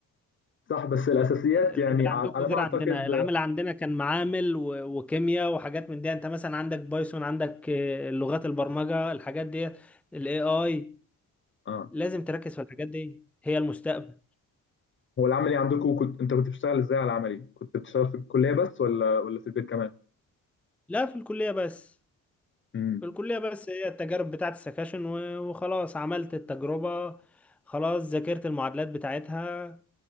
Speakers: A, on the left; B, in the centre.
A: صح بس الاساسيات
B: العمل
A: يعني
B: عندكم
A: ع- على
B: غير
A: ما اعتقد
B: عندنا العمل عندنا كان معامل و... وكيمياء وحاجات من دي انت مثلا عندك بايثون عندك آه، لغات البرمجة الحاجات دي الاي اي
A: اه
B: لازم تركز في الحاجات دي هي المستقبل
A: هو العملي عندكم كنت انت كنت بتشتغل ازاي على العملي؟ كنت بتشتغل في الكليه بس ولا ولا في البيت كمان؟
B: لا في الكلية بس
A: امم
B: في الكلية بس هي التجارب بتاعت السكاشن و- وخلاص عملت التجربة خلاص ذاكرت المعادلات بتاعتها